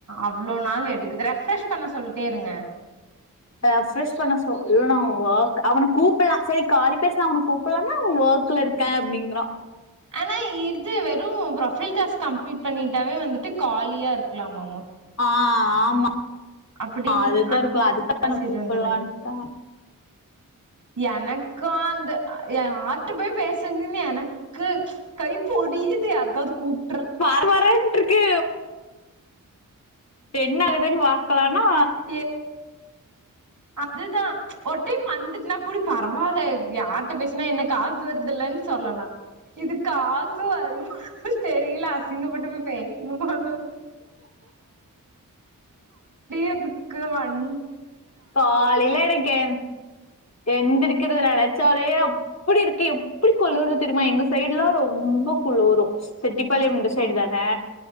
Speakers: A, on the right; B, on the left.
A: அவ்ளோ நாள் எடுக்குது ரெஃப்ரெஷ் பண்ண சொல்ட்டே இருங்க
B: ரெஃப்ரஷ் பண்ண சொல்னு அவ ஒர்க் அவன கூப்ட்லா சரி காலி பேசலா அவன கூ ப்லான்னா ஒர்க்ல இருக்க அப்டிங்றா
A: ஆனா இது வெறு ப்ரொஃபைல் டாஸ்க் கம்ப்ளீட் பண்ணிட்டாவே வந்துட்டு காலியா இருக்கலாமாம்மா
B: ஆ ஆமா
A: அப்டின்
B: அதுதா
A: அந்
B: இருக்லா அதுக்கு
A: மெசேஜ்
B: அவன கூப்ட்லான்தா
A: வந்துருங் எனக்கு அந்த யார்ட்ட போய் பேசறதுன்னு எனக்கு கை பொரியுது யாருக்காவது கூப்
B: பர பரன்ட்ருக்கு என்ன ஆகுதுன் பாக்கலானா
A: ஏ அதுதா ஒரு டைம் வந்துட்டுனா கூடி பரவால்ல யார் ட்ட பேசினா என்ன காசு வருதுல்லன் சொல்லலா இது காசு வருமா தெரில அசிங்கப்பட்டு போய் பேசனுமானு எதுக்கு வண்
B: காலைல எனக்கேன் எந்திரிக்கிறத நெனச்சாலே அப் அப்டி இருக்கு எப்டி குளுருது தெரிமா எங்க சைடு்லா ரொம்ப குளுரு செட்டிப்பாளையம் இந்த சைடு தான